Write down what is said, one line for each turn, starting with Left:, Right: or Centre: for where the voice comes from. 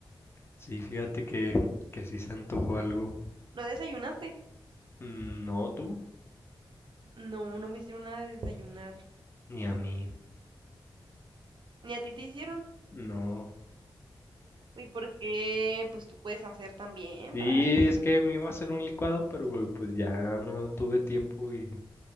Left: sí, fíjate que, que sí se antojó algo.
Right: ¿No desayunaste?
Left: Mm, No tú,
Right: No, no me hicieron nada de desayunar.
Left: ni a mí,
Right: Ni a ti te hicieron.
Left: no.
Right: ¿Y por qué? Pues tú puedes hacer también
Left: Sí,
Right: para alguien.
Left: es que me iba a hacer un licuado, pero pues ya no tuve tiempo y